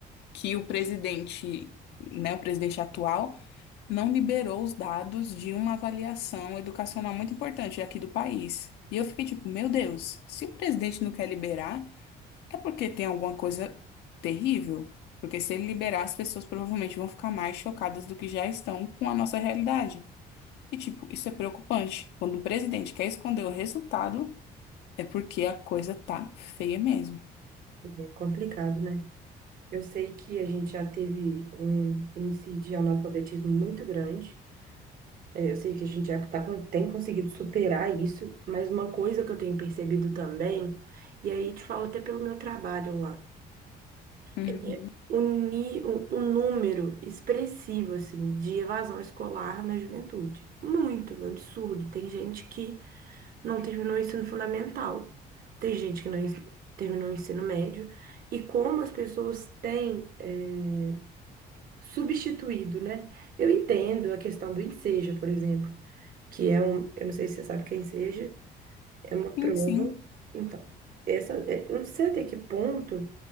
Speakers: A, on the left; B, on the right.
A: que o presidente, né, o presidente atual não liberou os dados de uma avaliação educacional muito importante aqui do país. E eu fiquei tipo, meu Deus, se o presidente não quer liberar, é porque tem alguma coisa terrível. Porque se ele liberar, as pessoas provavelmente vão ficar mais chocadas do que já estão com a nossa realidade. E, tipo, isso é preocupante. Quando o presidente quer esconder o resultado, é porque a coisa tá feia mesmo.
B: É complicado, né? Eu sei que a gente já teve um índice de analfabetismo muito grande. É, Eu sei que a gente já tá, con- tem conseguido superar isso, mas uma coisa que eu tenho percebido também, e aí te falo até pelo meu trabalho lá,
A: Uhum.
B: é o, ni- o- o número expressivo, assim, de evasão escolar na juventude. Muito absurdo. Tem gente que não terminou o ensino fundamental. Tem gente que não ens- terminou o ensino médio. E como as pessoas têm eh, substituído, né? Eu entendo a questão do Enseja, por exemplo, que é um. Eu não sei se você sabe o que é Enseja, é uma prova.
A: Sim, sim.
B: Então, essa, eh, eu não sei até que ponto